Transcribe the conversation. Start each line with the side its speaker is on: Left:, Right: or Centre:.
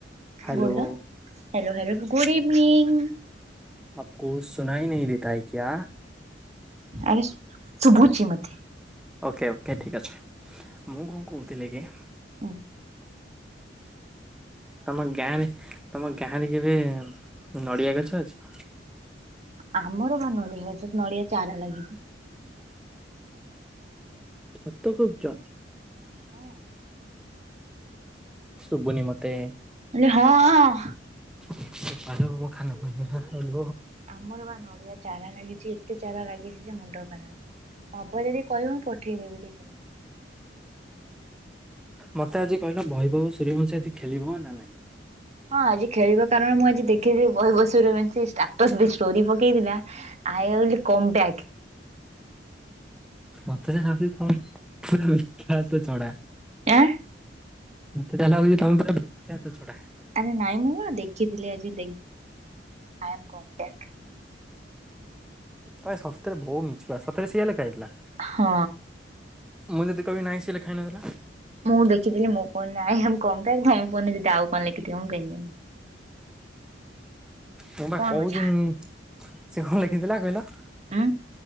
Centre: Hello.
Right: ବୋଲ ହ୍ୟାଲୋ ହ୍ୟାଲୋ ଗୁଡ଼ ଇଭିନିଂ।
Centre: ଆପକୁ ସୁନାାଇ ନ ଦେଇତା ହ କ୍ୟା?
Right: ଆରେ ଶୁଭୁଝଛି ମତେ।
Centre: ଓକେ ଓକେ ଠିକ୍ ଅଛି ମୁଁ କଣ କହୁଥିଲି କି
Right: ହୁଁ।
Centre: ତମ ଗାଁରେ ତମ ଗାଁ ରେ କେବେ ନଡିଆ ଗଛ ଅଛି?
Right: ଆମର ବା ନଡ଼ିଆ ସ ନଡିଆ ଚାରା ଲାଗିଛି।
Centre: ଯତ ଖୁବ ଜ
Right: ହଁ।
Centre: ଶୁବୁନି ମତେ।
Right: ହେଲେ ହଁ ହଁ।
Centre: <unintelligible>
Right: ଆମର ବା ନଡିଆ ଚାରା ଲାଗିଛି। ଏତେ ଚାରା ଲାଗିଛି ଯେ ମୁଣ୍ଡ ଖରାପ ନବ ଯଦି କହିବ ମୁଁ ପ ପଠେଇ ଦେବି କିଛି ନାଇଁ।
Centre: ମତେ ଆଜି କହିଲ ଭୈଭବଉ ସୂର୍ଯ୍ୟବଂଶୀ ଆଜି ଖେଳିବ ନା ନାଇଁ?
Right: ହଁ ଆଜି ଖେଳିବା କାରଣ ମୁଁ ଆଜି ଦେଖିଥିଲି <unintelligible> ତ ସେ ଷ୍ଟୋରି ପକେଇଥିଲା ଆଇ୍ ୱିଲ କମ ବାକ୍।
Centre: ମତେ ଯାହାବି ହୋଉ <unintelligible>
Right: ଆଁ।
Centre: ମତେ ଯାହା ଲାଗୁଚି ତମେ ପୁରା ଭିକ୍ଷତ୍ତ ଛଡା।
Right: ଆରେ ନାଇଁ ମୁଁ ଦେଖିଥିଲି ଆଇ ଆମ୍ କମ୍ ବିଆକ।
Centre: ତ ସତରେ ବଉ ମିଶିବା ସତରେ ସଇଆ ଲେଖାହେଇଥିଲା?
Right: ହଁ।
Centre: ମୁଁ ଯଦି କହିବି ନାହିଁ ସିଇଆ ଲେଖା ହେଇ ନଥିଲା।
Right: ମୁଁ ଦେଖିଥିଲି ମୁଁ କହୁନି ଆଇ ଆମ୍ କମ୍ ବ୍ୟାକ। ଧମ ପ ଯଦି ଆଉ କଣ ଲେଖିଥିବ ମୁଁ କେମିତି ଜାଣିବି?
Centre: ମୁଁ ବା
Right: କଣ
Centre: କହୁଛି
Right: ବୁଝା
Centre: ସେ କଣ ଲେଖିଥିଲା କହିଲ?
Right: ଆଁ।